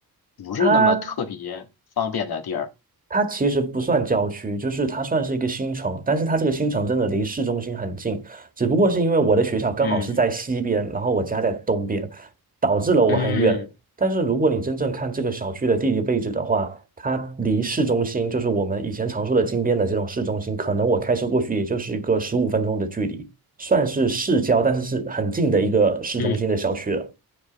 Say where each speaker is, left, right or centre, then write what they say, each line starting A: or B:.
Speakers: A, on the left; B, on the right.
A: 不是那么特别方便的地儿？
B: 它它其实不算郊区，就是它算是一个新城，但是它这个新城真的离市中心很近，只不过是因为我的学校刚好是在西边，
A: 嗯
B: 然后我家在东边，导致了我很远。
A: 嗯
B: 但是如果你真正看这个小区的地理位置的话，它离市中心，就是我们以前常说的金边的这种市中心，可能我开车过去也就是一个十五分钟的距离，算是市郊，但是是很近的一个市中心的小区了。
A: 嗯，